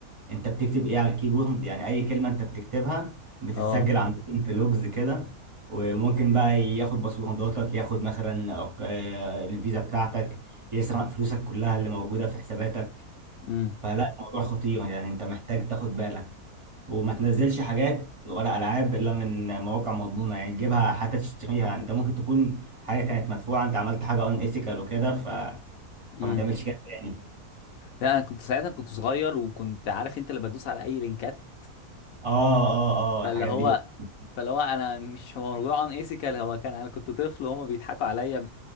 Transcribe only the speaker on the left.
اه
امم
امم
لا انا كنت ساعتها كنت صغير وكنت عارف انت اللي بدوس على اي لينكات
فاللي
هو
فاللي هو انا مش هو موضوع ان ايثيكال هو كان انا كنت طفل وهما بيضحكوا عليا